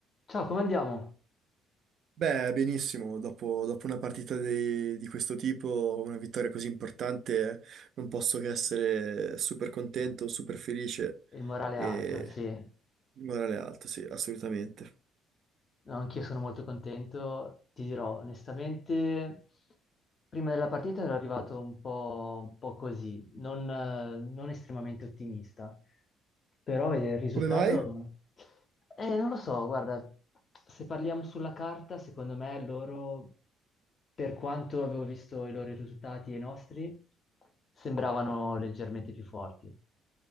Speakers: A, on the left; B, on the right.
A: Ciao, come andiamo?
B: Beh, benissimo, dopo, dopo una partita di, di questo tipo, una vittoria così importante, non posso che essere super contento,
A: Mm.
B: super felice
A: Il morale
B: e
A: è alto, sì.
B: morale alto, sì, assolutamente.
A: No, anch'io sono molto contento. Ti dirò, onestamente, prima della partita ero arrivato un po', un po' così, non, eh, non estremamente ottimista. Però vedere il risultato...
B: Come mai?
A: Eh, non lo so, guarda, se parliamo sulla carta, secondo me loro, per quanto avevo visto i loro risultati e i nostri, sembravano leggermente più forti.